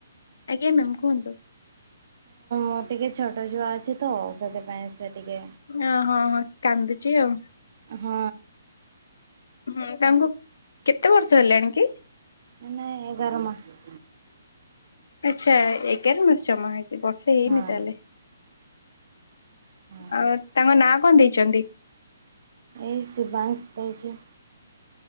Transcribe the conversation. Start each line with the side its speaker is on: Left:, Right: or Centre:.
Left: ଆଜ୍ଞା ମ୍ୟାମ କୁହନ୍ତୁ?
Right: ମୁଁ ଟିକେ ଛୋଟ ଛୁଆ ଅଛି ତ ସେଥିପାଇଁ ସେ ଟିକେ
Left: ଅ ହଁ ହଁ କାନ୍ଦୁଚଛି ଆଉ।
Right: ହଁ।
Left: ହୁଁ ତାଙ୍କୁ କେତେ ବର୍ଷ ହେଲାଣି କି?
Right: ନାଇ ନାଇ ଏଗାର ମାସ।
Left: ଆଛା ଏଗାର ମାସ ଜମା ହେଛି ବର୍ଷା ହେଇନି
Right: ହଁ
Left: ତାହେଲେ?
Right: ହଁ
Left: ଆଉ ତାଙ୍କ ନାଁ କଣ ଦେଇଛନ୍ତି?
Right: ଏଇ ସିବାଂଶ ଦେଇଛି।